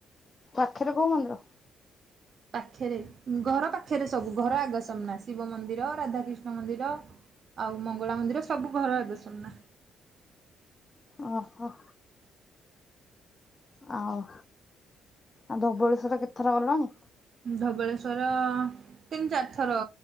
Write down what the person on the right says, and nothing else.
ପାଖେରେ, ଘର ପାଖେରେ ସବୁ। ଘର ଆଗ ସାମ୍ନା ଶିବ ମନ୍ଦିର, ରାଧାକ୍ରିଷ୍ଣ ମନ୍ଦିର। ଆଉ ମଙ୍ଗଳା ମନ୍ଦିର ସବୁ ଘର ଆଗ ସାମ୍ନା।
ଧବଳେଶ୍ଵର ତିନି ଚାରି ଥର